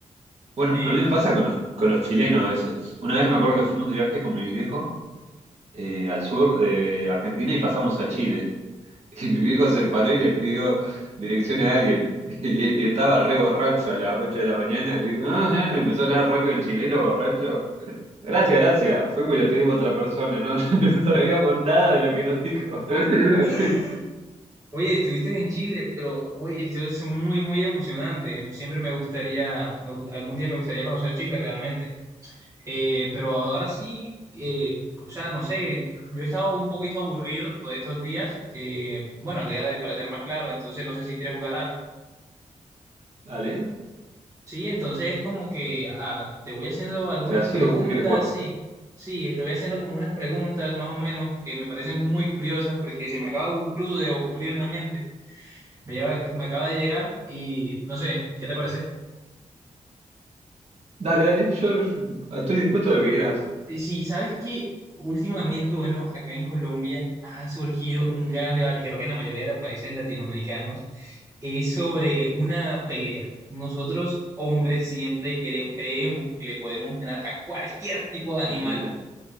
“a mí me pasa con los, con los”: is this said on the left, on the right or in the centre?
Right